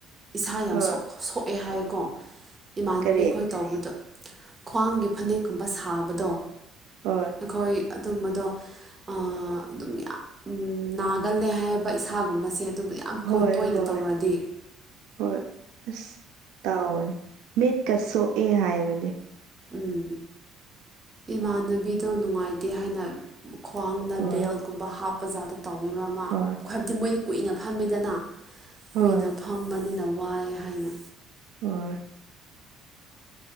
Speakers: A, on the right (about 20°); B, on the right (about 80°).
A: ꯏꯁꯥ ꯌꯥꯝ
B: ꯍꯣꯏ
A: ꯁꯣꯛ ꯁꯣꯛꯑꯦ ꯍꯥꯏꯌꯦꯀꯣ ꯏꯃꯥꯟꯅꯕꯤ
B: ꯀꯔꯤ
A: ꯈꯣꯏ ꯇꯥꯑꯣꯕꯗꯣ ꯈ꯭ꯋꯥꯡꯒꯤ ꯐꯅꯦꯛꯀꯨꯝꯕ ꯁꯥꯕꯗꯣ
B: ꯍꯣꯏ
A: ꯑꯩꯈꯣꯏ ꯑꯗꯨꯝꯕꯗꯣ ꯑꯥ ꯑꯗꯨꯝ ꯌꯥꯝ ꯎꯝ ꯅꯥꯒꯜꯂꯦ ꯍꯥꯏꯌꯦꯕ ꯏꯁꯥꯒꯨꯝꯕꯁꯦ ꯑꯗꯨꯕꯨ ꯌꯥꯝ
B: ꯍꯣꯏ
A: ꯀꯣꯏ ꯇꯣꯏꯅ
B: ꯍꯣꯏ
A: ꯇꯧꯔꯗꯤ
B: ꯍꯣꯏ ꯑꯁ ꯇꯥꯎꯑꯣꯅꯦ ꯃꯤꯠꯀ ꯁꯣꯛꯑꯦ ꯍꯥꯏꯕꯅꯦ꯫
A: ꯎꯝ ꯏꯃꯥꯟꯅꯕꯤꯗꯣ ꯅꯨꯡꯉꯥꯏꯇꯦ ꯍꯥꯏꯅ ꯈ꯭ꯋꯥꯡꯗ
B: ꯍꯣꯏ
A: ꯕꯦꯜ ꯒꯨꯝꯕ ꯍꯥꯞꯄ ꯖꯥꯗꯣ ꯇꯧꯋꯦꯕ ꯃꯥ
B: ꯍꯣꯏ
A: ꯍꯥꯏꯕꯗꯤ ꯃꯣꯏꯗꯤ ꯀꯨꯏꯅ ꯐꯝꯃꯦꯗꯅ
B: ꯍꯣꯏ
A: ꯀꯨꯏꯅ ꯐꯝꯕꯅꯤꯅ ꯋꯥꯏ ꯍꯥꯏꯅ
B: ꯍꯣꯏ